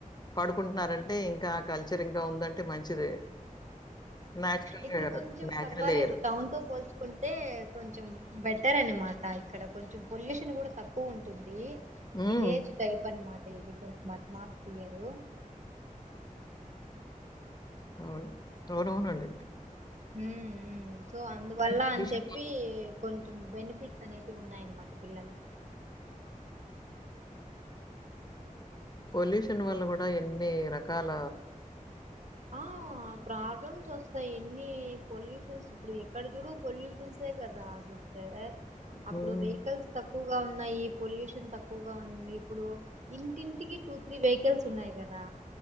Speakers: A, on the left; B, on the right.
A: పడుకుంటున్నారంటే ఇంకాఆ కల్చర్ ఇంకా ఉందంటే మంచిదే. నేచురల్
B: ఇక్కడు
A: ఎయిర్.
B: కొంచెం
A: నేచురల్
B: పర్వాలేదు.
A: ఎయిర్.
B: టౌన్ తో పోల్చుకుంటే కొన్ చం బెటర్ అని మాక్ ఇక్కడ కొంచెం పొల్యూషన్ కూడా తక్కువ ఉంటుంది.
A: హ్మ్.
B: విలేజ్ టైప్ అన్నమాట ఇది. అ బాద్ట్మాస్పియరు
A: అవును అవునవునండి
B: ఉహ్మ్ ఉమ్ సో అందువల్ల
A: పొల్యూషన్
B: అని చెప్పి కొంచ్ ఉహ్ బెనిఫిట్స్ అనేవి ఉన్నాయన్నమాట పిల్లలకి
A: పొల్యూషన్ వాల్ల కూడా ఎన్ని రకాాల
B: ఆ ప్రాబ్లమ్స్ వస్తాయి. ఎన్ని పొల్యూషన్స్ ఇప్పుడు ఎక్కడ చూడు పొల్యూషన్స్ కదా చుస్తే అప్పుడు
A: హ్మ్.
B: వెహికల్స్ తక్కువ్ వగా ఉన్నాయి. పొల్యూషన్ తక్కువగా ఉంది. ఇప్పుడు ఇంటింటికి టూ త్రీ వెహికల్స్ ఉన్నాయి కదా.